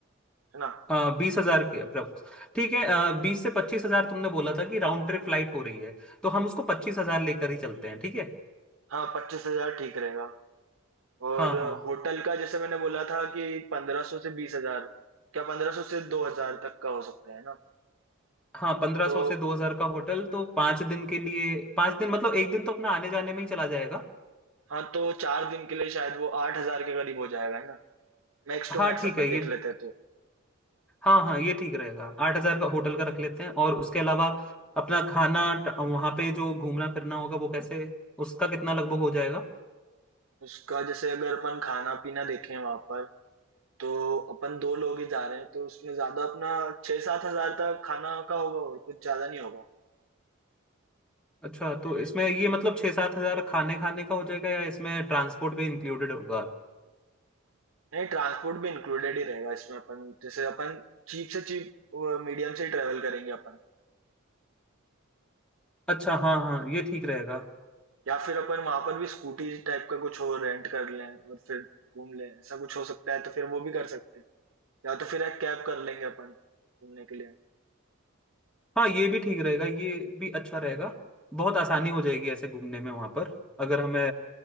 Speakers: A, on the right (about 80°); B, in the centre.
A: है ना
B: आ, बीस हजार के अप्रोक्स ठीक है आ, बीस से पच्चीस हजार तुमने बोला था कि राउंड ट्रिप फ्लाइट हो रही है तो हम उसको पच्चीस हजार लेकर ही चलते हैं ठीक है
A: हाँ पच्चीस हजार ठीक रहेगा और
B: हाँ हाँ
A: होटल का जैसे मैंने बोला था कि 1500 से 20,000 क्या 1500 से 2,000 तक का हो सकता है ना
B: हाँ पंद्रह
A: तो
B: सौ से दो हजार का होटल तो पाँच दिन के लिए पाँच दिन मतलब एक दिन तो अपना आने जाने में ही चला जाएगा
A: हाँ तो चार दिन के लिए शायद वो 8,000 के करीब हो जाएगा है ना मैक्स
B: हाँ
A: टू मैक्स
B: ठीक
A: अपन
B: है
A: देख
B: ये भी-
A: लेते हैं तो
B: हाँ हाँ ये ठीक रहेगा आठ हजार का होटल का रख लेते हैं और उसके अलावा अपना खाना ट- वहाँ पे जो घूमना फिरना होगा वो कैसे उसका कितना लगभग हो जाएगा
A: उसका जैसे अगर अपन खाना पीना देखें वहां पर तो अपन दो लोग ही जा रहे हैं तो उसमें ज्यादा अपना छह सात हजार तक खाना का होगा और कुछ ज्यादा नहीं होगा
B: अच्छा तो इसमें ये मतलब छः सात हजार खाने खाने का हो जाएगा या इसमें ट्रांसपोर्ट भी इंक्लूडेड होगा
A: नहीं ट्रांसपोर्ट भी इंक्लूडेड ही रहेगा इसमें अपन जैसे अपन चीप से चीप मीडियम से ही ट्रेवल करेंगे अपन
B: अच्छा हाँ हाँ ये ठीक रहेगा
A: या फिर अपन वहां पर भी स्कूटी टाइप का कुछ और रेंट कर लें और फिर घूम लें ऐसा कुछ हो सकता है तो फिर वो भी कर सकते हैं या तो फिर एक कैब कर लेंगे अपन घूमने के लिए
B: हाँ ये भी ठीक रहेगा ये भी अच्छा रहेगा बहुत आसानी हो जाएगी ऐसे घूमने में वहाँ पर अगर हमें